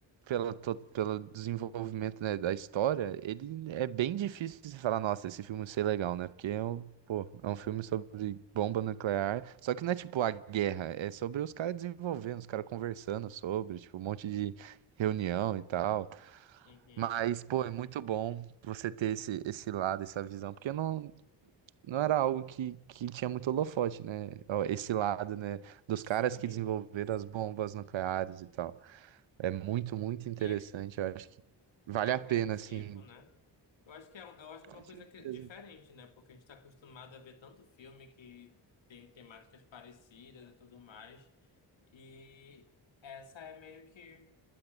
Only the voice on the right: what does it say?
pela, to- pelo desenvolvimento, né, da história, ele é bem difícil de falar, nossa, esse filme ser legal, né? Porque é um, pô, é um filme sobre bomba nuclear, só que não é tipo a guerra, é sobre os caras desenvolvendo, os caras conversando sobre, tipo, um monte de reunião e tal.
Mas, pô, é muito bom você ter esse, esse lado, essa visão, porque não, não era algo que, que tinha muito holofote, né? Ó, Esse lado, né, dos
caras que desenvolveram as bombas nucleares e tal. É muito, muito interessante,
eu acho que vale
a
pena, assim.
Com
certeza.